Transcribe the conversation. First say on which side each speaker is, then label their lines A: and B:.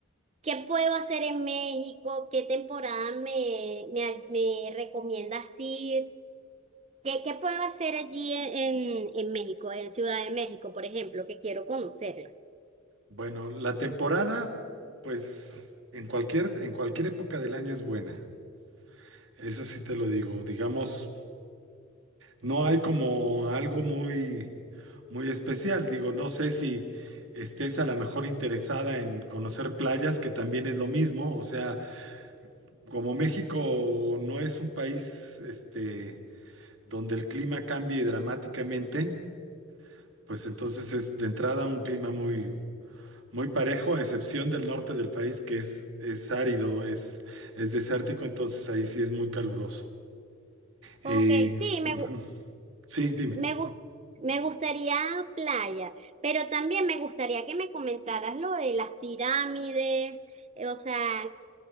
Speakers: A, on the right (about 30°); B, on the right (about 75°).
A: ¿Qué puedo hacer en México? ¿Qué temporada me, me, me recomiendas ir? ¿Qué, qué puedo hacer allí en, en- en México, en Ciudad de México, por ejemplo, que quiero conocerla?
B: bueno, la temporada, pues en cualquier, en cualquier época del año es buena. Eso sí te lo digo. Digamos, no hay como algo muy, muy especial. Digo, no sé si estés a lo mejor interesada en conocer playas, que también es lo mismo. O sea, como México no es un país, este, donde el clima cambie dramáticamente. Pues entonces es de entrada un clima muy, muy parejo, a excepción del norte del país, que es, es árido, es, es desértico, entonces ahí sí es muy caluroso. Eh,
A: Ok, sí,
B: <laughs>
A: me,
B: ujú.
A: gu-
B: sí, dime.
A: me, gus- me gustaría playa, pero también me gustaría que me comentaras lo de las pirámides, eh, o sea,